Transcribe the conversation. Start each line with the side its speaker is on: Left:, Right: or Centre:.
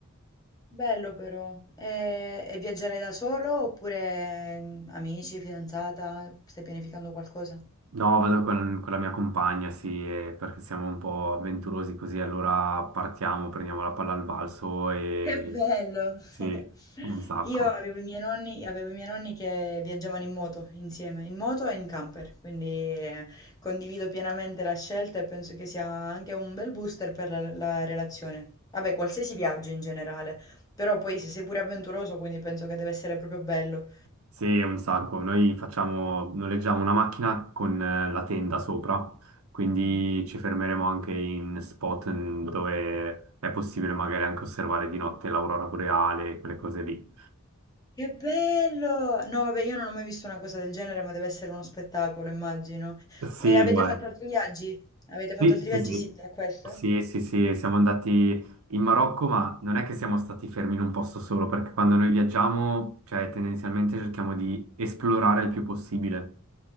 Left: Bello però. E, e viaggerai da solo oppure mm, amici, fidanzata? Stai pianificando qualcosa?
Right: No, vado con, con la mia compagna, sì, eh, perché siamo un po' avventurosi così, allora partiamo, prendiamo la palla al balzo e
Left: Che bello! <laughs>
Right: sì, un sacco.
Left: Io avevo i miei nonni, avevo i miei nonni che viaggiavano in moto insieme, in moto e in camper, quindi eh, condivido pienamente la scelta e penso che sia anche un bel booster per la, la relazione. Vabbè, qualsiasi viaggio in generale, però poi se sei pure avventuroso, quindi penso che deve essere proprio bello.
Right: Sì, un sacco. Noi facciamo, noleggiamo una macchina con eh, la tenda sopra, quindi
Left: Mm.
Right: ci fermeremo anche in spot in- dove è possibile magari anche osservare di notte l'aurora boreale, quelle cose lì.
Left: Che bello! No, vabbè, io non ho mai visto una cosa del genere, ma deve essere uno spettacolo, immagino.
Right: Sì,
Left: E avete
Right: lo è.
Left: fatto altri viaggi? Avete fatto
Right: Sì,
Left: altri
Right: sì,
Left: viaggi
Right: sì,
Left: simili a questo?
Right: sì, sì, sì, siamo andati in Marocco, ma non è che siamo stati fermi in un posto solo, perché quando noi viaggiamo, cioè tendenzialmente cerchiamo di esplorare il più possibile.